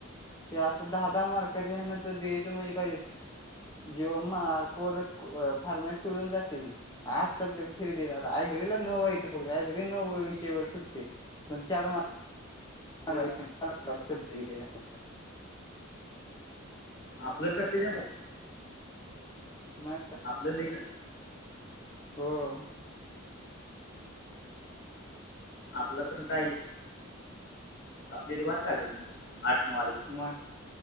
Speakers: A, on the left (about 20°); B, on the left (about 55°).
A: ते अस, दहा दहा मार्काचे हाना, ते द्यायचं म्हणजे काही जेव मार, पोर फार्माशी सोडून जातेली. आर्टस सब्जेक्ट फिरी दे, आता ऑग्रला नऊ येतं फक्त ऑग्री नऊ विषयवर सुटते. पण चार मारक
B: हो
A: सुटतो विषय त्यांचा.
B: आपलं कठीणे बो
A: मग. काय
B: ललेग
A: हो.
B: आपलं पण काय? आपल्याला वाट लागेल म. आठ नऊ आलेत,
A: मग